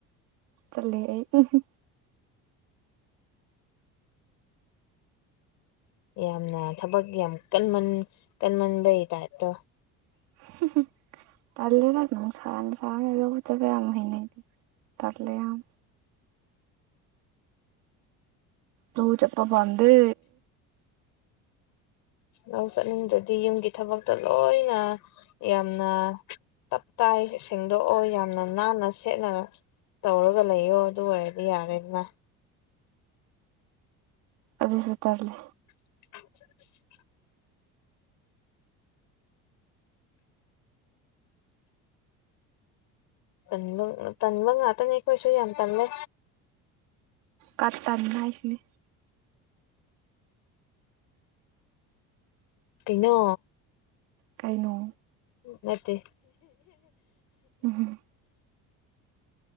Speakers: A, on the right; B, on the left.
A: ꯆꯠꯂꯤ ꯑꯩꯗꯤ
B: ꯌꯥꯝꯅ ꯊꯕꯛ ꯌꯥꯝ ꯀꯟꯃꯟ ꯀꯟꯃꯟꯕꯩ ꯇꯥꯏꯞꯇꯣ
A: <unintelligible> ꯇꯜꯂꯦꯗ ꯅꯨꯡꯁꯥꯅ ꯁꯥꯕꯖꯤꯗ ꯂꯕꯨꯛ ꯆꯠꯄ ꯌꯥꯝ ꯍꯩꯅꯩ ꯇꯜꯂꯦ ꯌꯥꯝ ꯂꯧ ꯆꯠꯄ ꯄꯥꯝꯗꯦ
B: ꯂꯧ ꯆꯠꯅꯤꯡꯗ꯭ꯔꯗꯤ ꯌꯨꯝꯒꯤ ꯊꯕꯛꯇ ꯂꯣꯏꯅ ꯌꯥꯝꯅ ꯇꯞ ꯇꯥꯏ ꯁꯤꯡꯗꯣꯛꯑꯣ ꯌꯥꯝꯅ ꯅꯥꯟꯅ ꯁꯦꯠꯅ ꯇꯧꯔꯒ ꯂꯩꯌꯣ ꯑꯗꯨ ꯑꯣꯏꯔꯗꯤ ꯌꯥꯔꯦꯅ
A: ꯑꯗꯨꯁꯨ ꯇꯜꯂꯦ
B: <unintelligible> ꯇꯟꯕ ꯇꯟꯕ ꯉꯥꯇꯅꯤ ꯑꯩꯈꯣꯏꯁꯨ ꯌꯥꯝ ꯇꯟꯂꯦ
A: ꯀꯇꯟ ꯍꯥꯏꯁꯤꯅꯤ
B: ꯀꯩꯅꯣ
A: ꯀꯩꯅꯣ
B: ꯅꯠꯇꯦ
A: ꯎꯝ